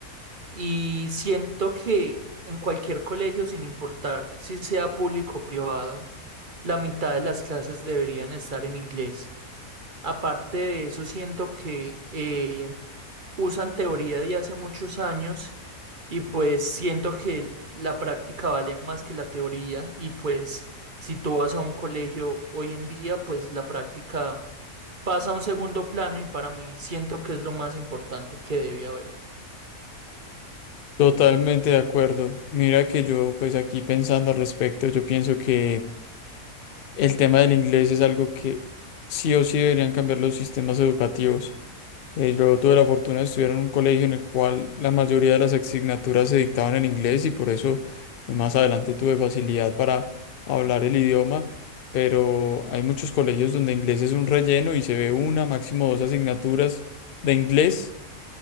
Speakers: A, on the right; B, on the left.
A: y siento que en cualquier colegio, sin importar si sea público o privado, la mitad de las clases deberían estar en inglés. Aparte de eso, siento que eh, usan teoría de hace muchos años y pues siento que la práctica vale más que la teoría y pues si tú vas a un colegio hoy en día, pues la práctica pasa a un segundo plano y para mí siento que es lo más importante que debe haber.
B: Totalmente de acuerdo. Mira que yo pues aquí pensando al respecto, yo pienso que el tema del inglés es algo que sí o sí deberían cambiar los sistemas educativos. Eh, yo tuve la fortuna de estudiar en un colegio en el cual la mayoría de las asignaturas se dictaban en inglés y por eso eh, más adelante tuve facilidad para hablar el idioma, pero hay muchos colegios donde inglés es un relleno y se ve una, máximo dos asignaturas de inglés